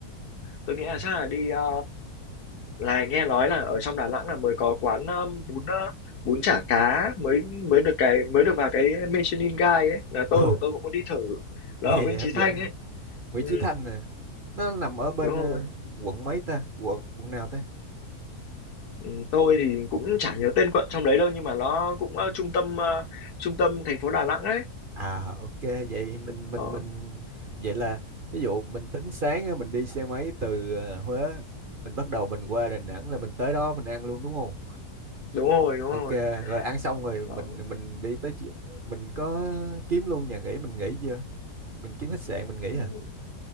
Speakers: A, on the left (about 80°); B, on the right (about 40°).
A: tôi nghĩ là
B: ừ.
A: chắc là đi ờ, là nghe nói là ở trong Đà Nẵng là mới có quán um, bún uh, bún chả cá mới mới được cái mới được vào cái Michelin Guide ấy là
B: Ồ,
A: tôi tôi cũng muốn đi thử
B: nghe
A: nó ở Nguyễn
B: vậy
A: Chí
B: hấp dẫn
A: Thanh ấy
B: Nguyễn
A: ừ,
B: Chí Thanh nè nó nằm ở bên
A: đúng
B: ờ,
A: rồi
B: quận mấy ta quận quận nào ta
A: ừ, tôi thì cũng chả nhớ tên quận trong đấy đâu nhưng mà nó cũng ờ, trung tâm ờ, trung tâm thành phố Đà Nẵng ấy
B: À ok vậy mình mình
A: đó
B: mình vậy là ví dụ mình tính sáng á, mình đi xe máy từ ờ, Huế mình bắt đầu mình qua Đà Nẵng là mình tới đó mình ăn luôn đúng không?
A: đúng rồi đúng
B: Ok
A: rồi
B: rồi ăn xong rồi
A: đó
B: mình mình đi tới chi- mình có kiếm luôn nhà nghỉ mình nghỉ chưa? Mình kiếm khách sạn mình nghỉ
A: ừ.
B: à?